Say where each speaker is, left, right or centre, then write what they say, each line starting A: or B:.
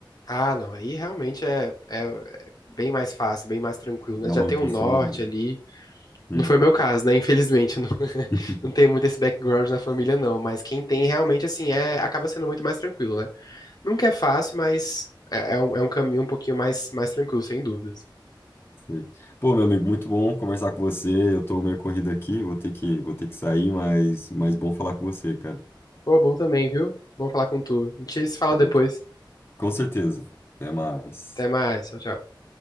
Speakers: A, on the left (about 50°); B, on the left (about 30°).
A: Ah, não, aí realmente é, é é bem mais fácil, bem mais tranquilo, né?
B: Dá
A: Já
B: uma
A: tem
B: impulsionada.
A: um norte ali.
B: Hum,
A: Não foi o meu caso, né? Infelizmente, não, <laughs>
B: <laughs>
A: não tem muito esse background na família, não. Mas quem tem realmente, assim, é, acaba sendo muito mais tranquilo, né? Nunca é fácil, mas é, é um, é um caminho um pouquinho mais, mais tranquilo, sem dúvidas.
B: sei. Pô, meu amigo, muito bom conversar com você. Eu tô meio corrido aqui, vou ter que, vou ter que sair, mas, mas bom falar com você, cara.
A: Pô, bom também, viu? Bom falar com tu. A gente se fala
B: A gente-
A: depois.
B: Com certeza. Até mais.
A: Até mais. Tchau, tchau.